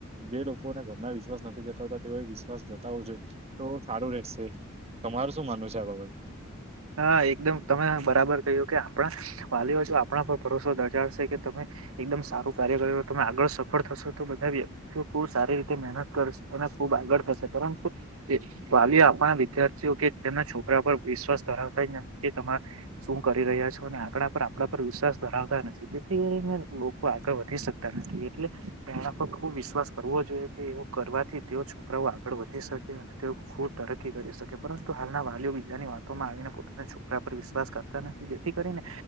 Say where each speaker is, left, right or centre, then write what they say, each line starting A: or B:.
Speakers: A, on the right (about 30°); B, on the right (about 85°).
A: જે લોકો લોકોને ઘરમાં વિશ્વાસ નથી જતાવતા તેઓ વિશ્વાસ જતાવવુ જોઈએ તો સારું રહેશે. તમારું શું માનવું છે આ બાબતે?
B: હા એકદમ તમે બરાબર કહ્યું કે આપણા વાલીઓ જો આપણા પર ભરોસો દજાડશે કે તમે એકદમ સારું કાર્ય કરયુ તમે આગળ સફળ થશો તો બધા વ્યક્તિઓ ખૂબ સારી રીતે મહેનત કરશે અને ખૂબ આગળ થશે પરંતુ વાલી આપણા વિદ્યાર્થીઓ કે તેના છોકરા પર વિશ ધરાવતા જ ન તેથી કે તમે શું કરી રહ્યા છો અને આપણા પર આપણા પર વિશ્વાસ ધરાવતા જ નથી તેથી કરીને લોકો ગળ વધી શકતા નથી એટલે તેના પર ખુબ વિશ્વાસ કરવો જોઈએ કે એવું કરવાથી તેઓ છોકરાઓ આગળ વધી શકે અને તેઓ ખૂબ તરક્કી કરી શકે પરંતુ હાલના વાલીઓ બીજાની વાત તોમા આવીને પોતાના છોકરા પર વિશ્વાસ કરતા નથી જેથી કરીને